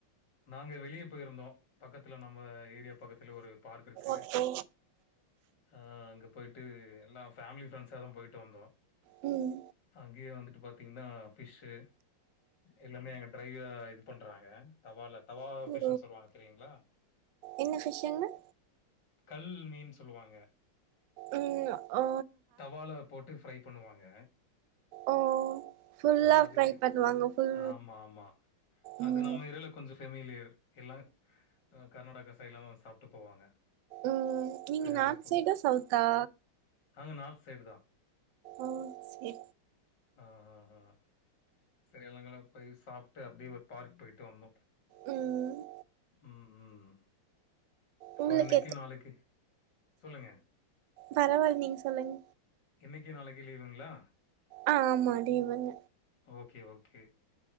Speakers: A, on the left; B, on the right.
A: நாங்க வெளிய போயிருந்தோ பக்கத்துல நம்ம ஏரியா பக்கத்துல ஒரு பார்க் இருக்கு.
B: ஓகே
A: ஆ அங்க போய்ட்டு எல்லா ஃபேமிலி ஃப்ரெண்ட்ஸாதா போயிட்டு வந்தோ
B: ம்
A: அங்கேயே வந்துட்டு பாத்திங்ன்னா ஃபிஷ்ஷு எல்லாமே எங்க டிரைவ் இது பண்றாங்க தவால தவா
B: ஓ
A: ஃபிஷ்ன்னு சொல்லுவாங்க தெரியுங்களா?
B: என்ன ஃபிஷ்ங்க?
A: கல் மீன் சொல்லுவாங்க.
B: ம் ஆ
A: தவால போட்டு ஃப்ரை பண்ணுவாங்க.
B: ஓ ஃபுல்லா
A: ஆஆ அது
B: ஃப்ரை பண்ணுவாங்க ஃபுல்
A: ஆமா ஆமா அது
B: ம்
A: நம்ம எரல. கொஞ்சோ ஃபெமிலியர் எல்லா கர்நாடகா சைட்லா சாப்ட்டு போவாங்க
B: ம் நீங்க
A: சரி அங்க
B: நார்த்
A: போ
B: சைடா சவுக்கா?
A: நாங்க நார்த் சைடு தா
B: ஓ சேரி
A: ஆ ஆ ஆ செரி எல்லாகல போய் சாப்ட்டு அப்டே ஒரு பார்க் போய்ட்டு வந்தோ
B: ம்
A: ம் ம் இப்ப
B: உங்களுக்கு
A: இன்னைக்கு நாளைக்கு சொல்லுங்க
B: பரவால் நீங் சொல்லுங்
A: இன்னைக்கு நாளைக்கு லீவுங்களா
B: ஆ ஆமா லீவுங்க
A: ஓகே ஓகே.